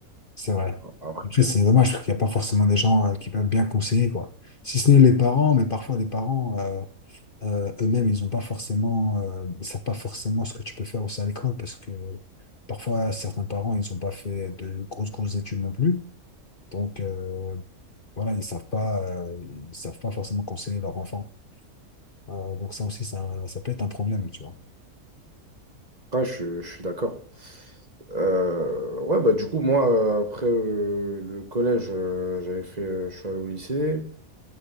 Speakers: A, on the left; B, on the right.
A: C'est vrai.
B: Après,
A: Après, c'est dommage parce qu'il n'y a pas forcément des gens, euh, qui peuvent bien conseiller, quoi. Si ce n'est les parents, mais parfois les parents. euh, Euh, eux-mêmes, ils n'ont pas forcément, euh, ils savent pas forcément ce que tu peux faire aussi à l'école parce que parfois, certains parents, ils n'ont pas fait de grosses, grosses études non plus. Donc, euh, voilà, ils savent pas, euh, ils savent pas forcément conseiller leur enfant. Euh, donc, ça aussi, ça, ça peut être un problème, tu vois.
B: après, je, je suis d'accord. Euh, ouais, bah, du coup, moi, euh, après euh, le collège, euh, j'avais fait. euh, je suis allé au lycée.